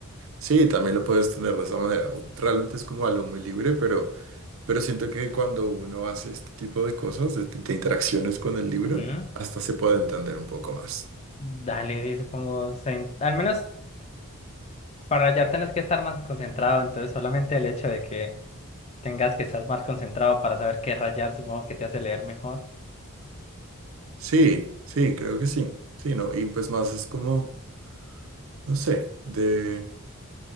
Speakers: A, on the right; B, on the left.
A: Sí, también lo puedes tener de esa manera. o Realmente es como algo muy libre, pero, pero siento que cuando uno hace este tipo de cosas, de, de interacciones con el libro,
B: Ujú.
A: hasta se puede entender un poco más.
B: Dale, sí, supongo, sen- al menos para hallar tenés que estar más concentrado, entonces solamente el hecho de que tengas que estar más concentrado para saber qué rayar, supongo que te hace leer mejor.
A: Sí, sí, creo que sí. Sí, no, y pues más es como no sé, de